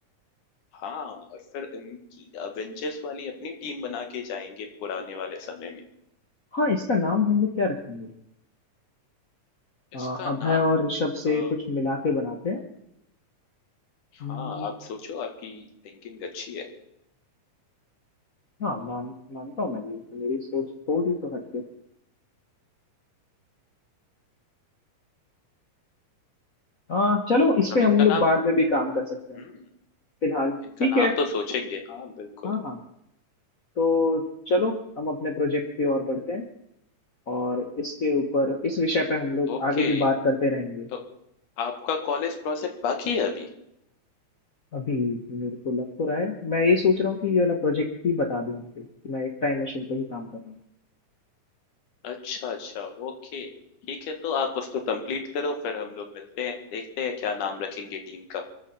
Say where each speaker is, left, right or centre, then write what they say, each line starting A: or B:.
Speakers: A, on the left; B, on the left.
A: हाँ, और फिर इनकी अवेंजर्स वाली अपनी टीम बना के जाएँगे पुराने वाले समय में।
B: हाँ इसका नाम हम लोग क्या रखेंगे
A: इसका
B: अ, अभय
A: नाम
B: और
A: हम
B: ऋषभ से
A: अ,
B: कुछ मिला के बनाते हैं
A: हाँ,
B: हम्म,
A: आप सोचो आपकी थिंकिंग अच्छी है।
B: हाँ मान मानता हूँ मैं ये तो मेरी सोच थोड़ी तो हटके हाँ चलो इस
A: हम
B: पे हम
A: इनका
B: लोग
A: नाम
B: बाद में भी काम कर सकते हैं
A: हुँ,
B: फिलहाल
A: इनका
B: ठीक
A: नाम
B: है
A: तो सोचेंगे। हाँ, बिल्कुल।
B: हाँ हाँ तो चलो हम अपने प्रोजेक्ट की ओर बढ़ते हैं और इसके ऊपर इस विषय पे हम लोग
A: ओके,
B: आगे भी बात करते रहेंगे
A: तो आपका कॉलेज प्रोजेक्ट बाकी है अभी?
B: अभी मेरे को लग तो रहा है मैं ये सोच रहा हूँ कि ये वाला प्रोजेक्ट ही बता दूं उनको कि मैं एक टाइम मशीन पे ही काम कर रहा हूँ
A: अच्छा, अच्छा, ओके। ठीक है, तो आप उसको कंप्लीट करो, फिर हम लोग मिलते हैं, देखते हैं क्या नाम रखेंगे टीम का।